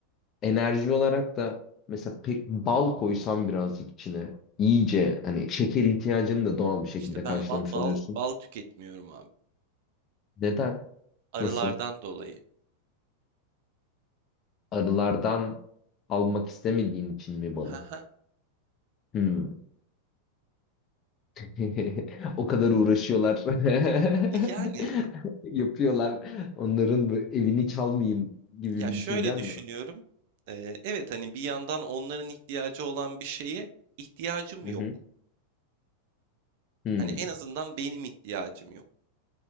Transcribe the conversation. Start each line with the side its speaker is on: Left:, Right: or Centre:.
Left: enerji olarak da mesela pek bal koysan birazcık içine iyice hani şeker ihtiyacını da doğal bir şekilde
Right: İşte ben
Left: karşılamış
Right: ba- bal
Left: oluyorsun.
Right: bal tüketmiyorum abi.
Left: Neden?
Right: Arılardan
Left: Nasıl?
Right: dolayı.
Left: Arılardan almak istemediğin için mi balı?
Right: Haha.
Left: Hmm. <laughs> O kadar uğraşıyorlar. <laughs>
Right: Yani
Left: Yapıyorlar. Onların bu evini çalmayayım gibi
Right: ya
Left: bir
Right: şöyle
Left: düşüncen
Right: düşünüyorum.
Left: mi var?
Right: Ee, evet hani bir yandan onların ihtiyacı olan bir şeye ihtiyacım
Left: Hı
Right: yok.
Left: hı. Hmm.
Right: Hani en azından benim ihtiyacım yok.